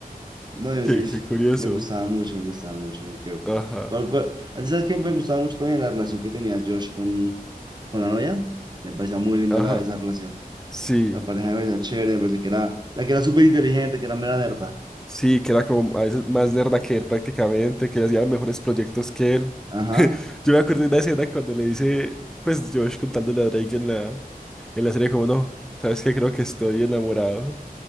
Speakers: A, on the right (about 30°); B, in the centre.
A: No, yo
B: Qué,
A: sí, sí,
B: qué curioso.
A: me gustaba mucho, me gustaba mucho, yo creo.
B: Ajá,
A: ¿Cuál, cuál? ¿Ah, ¿Sabes qué? Me gustaba mucho también la relación que tenía Josh con, con la novia. Me parecía muy linda
B: ajá.
A: la- esa relación.
B: Sí,
A: La pareja me parecía chévere, me parecía que era, la que era súper inteligente, que era mera nerda.
B: sí, que era como a veces más nerda que él prácticamente, que hacía mejores proyectos que él.
A: Ajá.
B: Yo me acuerdo de una escena cuando le dice, pues Josh contándole a Drake en la, en la serie como no, sabes que creo que estoy enamorado.